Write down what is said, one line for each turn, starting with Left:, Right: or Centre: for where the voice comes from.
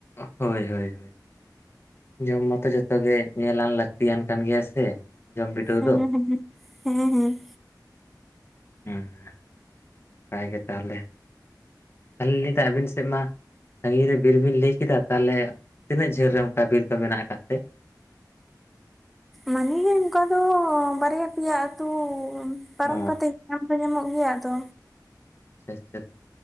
Left: ᱦᱳᱭ ᱦᱳᱭ ᱦᱳᱭ, ᱡᱚᱢ ᱢᱟᱛᱚ ᱡᱷᱚᱛᱚ ᱜᱮ ᱧᱮᱞ ᱟᱱ ᱞᱟᱹᱠᱛᱤ ᱭᱟᱱ ᱠᱟᱱ ᱜᱮᱭᱟ ᱥᱮ ᱡᱚᱢ ᱵᱤᱰᱟᱹᱣ
Centre: ᱦᱮᱸᱦᱮᱸ
Left: ᱫᱚ᱾
Centre: ᱦᱮᱸᱦᱮᱸ ᱦᱮᱸ, ᱦᱮᱸ,
Left: ᱦᱮᱸ ᱱᱟᱯᱟᱭ ᱜᱮ ᱛᱟᱦᱚᱞᱮ, <unintelligible> ᱟᱵᱤᱱ ᱥᱮᱫ ᱢᱟ ᱥᱟᱺᱜᱤᱧ ᱨᱮ ᱵᱤᱨ ᱵᱤᱱ ᱞᱟᱹᱭ ᱠᱤᱫᱟ, ᱛᱟᱦᱚᱞᱮ ᱛᱤᱱᱟᱹᱜ ᱡᱷᱟᱹᱞ ᱨᱮ ᱚᱱᱠᱟ ᱵᱤᱨ ᱫᱚ ᱢᱮᱱᱟᱜ ᱟᱠᱟᱫ ᱛᱮ,
Centre: ᱢᱟᱱᱮ ᱚᱱᱠᱟ ᱫᱚ ᱵᱟᱨᱭᱟ ᱯᱮᱭᱟ ᱟᱹᱛᱩ ᱯᱟᱨᱚᱢ
Left: ᱚ᱾
Centre: ᱠᱟᱛᱮᱜ ᱧᱟᱢ ᱫᱚ ᱧᱟᱢᱚᱜ ᱜᱮᱭᱟ ᱟᱫᱚ,
Left: ᱥᱮᱪᱮᱛ